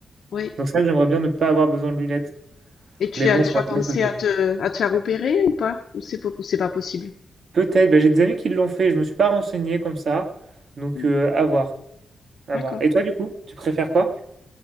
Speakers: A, on the left; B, on the right.
A: Ouais.
B: Donc, c'est vrai que j'aimerais bien ne pas avoir besoin de lunettes.
A: Et tu
B: Mais
A: as
B: bon,
A: déjà
B: il faudrait
A: pensé
B: bien que je mette.
A: à te, à te faire opérer ou pas? Ou c'est po- ou c'est pas possible?
B: Peut-être, bah, j'ai des amis qui l'ont fait, je me suis pas renseigné comme ça. Donc,
A: Mm.
B: euh, à voir. À
A: D'accord.
B: voir. Et toi, du coup, tu préfères quoi?